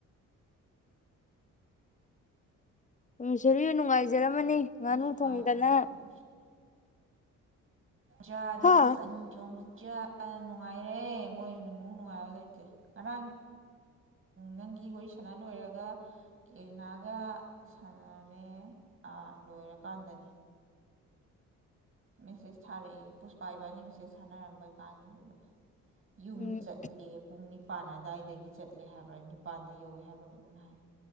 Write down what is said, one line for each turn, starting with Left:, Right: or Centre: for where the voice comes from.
Left: ꯎꯝ <unintelligible> ꯅꯨꯡꯉꯥꯏꯖꯔꯝ ꯑꯗꯨꯅꯤ ꯉꯥꯅꯨ
Right: ꯄꯨꯁ
Left: ꯊꯣꯡꯗꯅ
Right: ꯄꯥꯏ ꯃꯅꯥꯎꯄꯤꯗ ꯆꯥꯗꯅ
Left: ꯍꯥ
Right: ꯁꯟ ꯊꯣꯡꯕ ꯆꯥꯗꯅ ꯅꯨꯡꯉꯥꯏꯔꯦ ꯃꯣꯏꯃꯨꯛ ꯅꯨꯡꯉꯥꯏꯕ ꯂꯩꯇꯦ ꯉꯔꯥꯡ ꯅꯪꯒꯤ ꯋꯥꯔꯤ ꯁꯥꯟꯅ ꯂꯣꯏꯔꯒ ꯀꯦꯔꯤꯅꯥꯒ ꯁꯥꯟꯅꯔꯦ ꯑ ꯂꯣꯏꯔꯀꯥꯟꯗꯅꯤ ꯃꯦꯁꯦꯖ ꯊꯥꯔꯛꯑꯦ ꯄꯨꯁꯄ ꯏꯕꯥꯅꯤ ꯃꯦꯁꯦꯖ ꯊꯥꯅꯔꯝꯕ ꯀꯥꯟꯒꯤꯗꯨꯗ ꯌꯨꯝ
Left: ꯎꯝ
Right: ꯆꯠꯂꯦ ꯄꯨꯡ ꯅꯤ ꯄꯥꯟ ꯑꯗꯥꯏ ꯗꯒꯤ ꯆꯠꯂꯦ ꯍꯥꯏꯕ꯭ꯔꯥ ꯅꯤꯄꯥꯟꯗ ꯌꯧꯋꯦ ꯍꯥꯏꯕ꯭ꯔꯥ ꯀꯩꯅꯣꯝ ꯍꯥꯏ